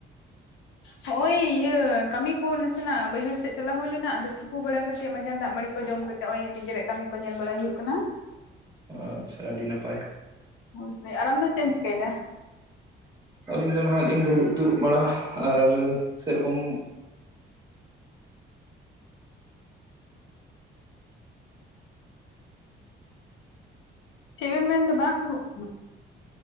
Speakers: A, on the left (about 80°); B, on the right (about 20°).
A: ᱦᱚᱜ-ᱚᱭ ᱤᱭᱟᱹ ᱠᱟᱹᱢᱤ ᱠᱚ ᱱᱟᱥᱮᱱᱟᱜ ᱵᱟᱹᱭᱦᱟᱹᱲ ᱥᱮᱜ ᱪᱟᱞᱟᱣ ᱦᱩᱭ ᱞᱮᱱᱟ᱾ ᱟᱫᱚ ᱛᱩᱯᱩ ᱵᱟᱲᱟ ᱠᱟᱛᱮ ᱢᱟᱸᱡᱟᱱ ᱫᱟᱜ ᱢᱟᱲᱤ ᱠᱚ ᱡᱚᱢ ᱠᱟᱛᱮ ᱱᱚᱜ-ᱚᱭ ᱱᱤᱡᱮᱨᱟᱜ ᱠᱟᱹᱢᱤ ᱠᱚ ᱧᱮᱞ ᱵᱟᱲᱟᱭ ᱦᱩᱭᱩᱜ ᱠᱟᱱᱟ᱾
B: ᱟᱪᱪᱷᱟ ᱟᱹᱰᱤ ᱱᱟᱯᱟᱭ,
A: ᱦᱳᱭ ᱥᱮ ᱟᱨ ᱟᱢᱫᱚ ᱪᱮᱜ ᱮᱢ ᱪᱤᱠᱟᱹᱭ ᱫᱟ?
B: ᱟᱹᱞᱤᱧ ᱫᱚ ᱱᱟᱦᱟᱜ ᱞᱤᱧ ᱫᱩᱲᱩᱵ ᱫᱩᱲᱩᱵ ᱵᱟᱲᱟ ᱟᱨ ᱥᱮ ᱨᱚᱠᱚᱢ
A: ᱪᱮᱫ ᱵᱮᱱ ᱢᱮᱱᱫᱟ ᱵᱟᱝ ᱟᱸᱡᱚᱢᱚᱜ ᱠᱟᱱᱟ?